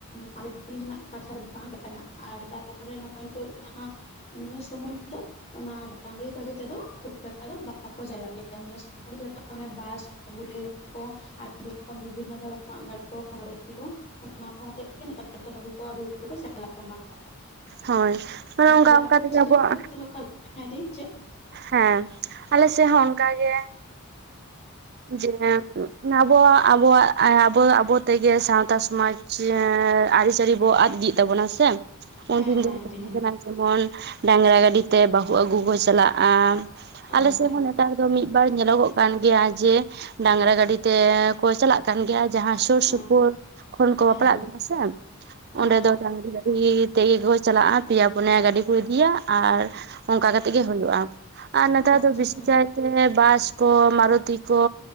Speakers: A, on the left (about 30°); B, on the right (about 45°).
A: ᱢᱟᱨᱮ ᱛᱤᱱ ᱨᱮᱱᱟᱜ ᱠᱟᱛᱷᱟ ᱫᱚ ᱵᱟᱝ ᱠᱟᱱᱟ ᱟᱨ ᱛᱟᱨᱯᱚᱨᱮ ᱱᱚᱜ-ᱚᱭ ᱱᱤᱛᱚᱜ ᱡᱟᱦᱟᱸ ᱱᱤᱭᱟᱹ ᱥᱚᱢᱚᱭ ᱫᱚ ᱚᱱᱟ ᱰᱟᱝᱨᱤ ᱜᱟᱹᱲᱤ ᱛᱮᱫᱚ ᱠᱷᱩᱵ ᱮᱠᱴᱟ ᱫᱚ ᱵᱟᱠᱚ ᱪᱟᱞᱟᱜ ᱜᱮᱭᱟ ᱱᱤᱭᱟᱹ ᱥᱚᱢᱚᱭ ᱡᱚᱛᱚ ᱚᱱᱮ ᱵᱟᱥ ᱠᱚ ᱵᱩᱞᱮᱴ ᱠᱚ ᱟᱨ ᱨᱚᱠᱚᱢ ᱵᱤᱵᱷᱤᱱᱱᱚ ᱫᱷᱚᱨᱚᱱᱟᱜ ᱜᱟᱹᱰᱤ ᱠᱚ ᱢᱟᱨᱩᱛᱤ ᱠᱚ ᱚᱱᱟ ᱠᱚ ᱦᱚᱛᱮ ᱛᱮᱜᱮ ᱱᱮᱛᱟᱨ ᱫᱚ ᱵᱟᱹᱦᱩ ᱠᱚ ᱟᱹᱜᱩ <inaudible> ᱪᱟᱞᱟᱜ ᱠᱟᱱᱟ ᱠᱚ
B: ᱦᱳᱭ ᱚᱱᱠᱟ
A: ᱛᱟᱦᱚᱞᱮ
B: ᱚᱱᱠᱟ
A: ᱟᱯᱮ
B: ᱛᱮᱜᱮ
A: ᱥᱮᱫ ᱫᱚ
B: ᱟᱵᱚᱣᱟᱜ
A: ᱪᱮᱫ ᱞᱮᱠᱟ ᱞᱳᱠᱟᱠ ᱫᱤ ᱪᱮᱫ
B: ᱦᱮ ᱟᱞᱮ ᱥᱮᱫ ᱦᱚ ᱚᱱᱠᱟ ᱜᱮ ᱡᱮ ᱟᱵᱚᱣᱟᱜ ᱟᱵᱚᱣᱟᱜ ᱟᱵᱚ ᱫᱚ ᱟᱵᱚ ᱛᱮᱜᱮ ᱥᱟᱶᱛᱟ ᱥᱚᱢᱟᱡᱽ ᱟᱹᱨᱤᱪᱟᱹᱞᱤ ᱵᱚ ᱟᱫ ᱤᱫᱤ ᱛᱟᱵᱚᱱᱟ ᱥᱮ
A: ᱦᱮᱸ
B: ᱩᱱᱫᱤᱱ
A: ᱦᱮᱸ
B: ᱫᱚ ᱛᱟᱦᱮ
A: ᱫᱤ ᱦᱮᱸ
B: ᱠᱟᱱᱟ ᱡᱮᱢᱚᱱ ᱰᱟᱝᱨᱟ ᱜᱟᱹᱰᱤ ᱛᱮ ᱵᱟᱹᱦᱩ ᱟᱹᱜᱩ ᱠᱚ ᱪᱟᱞᱟᱜ-ᱟ
A: ᱦᱮᱸ
B: ᱟᱞᱮ ᱥᱮᱫ
A: ᱦᱮᱸ
B: ᱦᱚ ᱱᱮ ᱱᱮᱛᱟᱨ ᱫᱚ ᱢᱤᱫ ᱵᱟᱨ ᱧᱮᱞᱚᱜᱚᱜ ᱠᱟᱱ ᱜᱮᱭᱟ ᱡᱮ ᱰᱟᱝᱨᱟ ᱜᱟᱹᱰᱤ ᱛᱮ ᱠᱚ ᱪᱟᱞᱟᱜ ᱠᱟᱱ ᱜᱮᱭᱟ ᱡᱟᱦᱟᱸ ᱥᱩᱨ
A: ᱦᱮᱸ
B: ᱥᱩᱯᱩᱨ ᱠᱷᱚᱱ ᱠᱚ
A: ᱦᱮᱸ
B: ᱵᱟᱯᱞᱟᱜ
A: ᱫᱤ
B: ᱠᱟᱱᱟ ᱥᱮ
A: ᱦᱮᱸ
B: ᱚᱸᱰᱮ ᱫᱚ ᱰᱟᱹᱝᱨᱤ ᱜᱟᱹᱰᱤ ᱜᱟᱹᱰᱤ ᱛᱮᱜᱮ ᱠᱚ ᱪᱟᱞᱟᱜ-ᱟ ᱟᱨ ᱯᱮᱭᱟ ᱯᱩᱱᱭᱟ ᱜᱟᱹᱰᱤ ᱠᱚ ᱤᱫᱤᱭᱟ ᱟᱨ ᱚᱱᱠᱟ ᱠᱟᱛᱮᱜ ᱜᱮ ᱦᱩᱭᱩᱜ-ᱟ ᱟᱨ ᱱᱮᱛᱟᱨ
A: ᱟᱪᱪᱷᱟ
B: ᱫᱚ ᱵᱮᱥᱤ
A: ᱦᱮᱸ
B: ᱠᱟᱭᱛᱮ ᱵᱟᱥ ᱠᱚ ᱢᱟᱨᱩᱛᱤ ᱠᱚ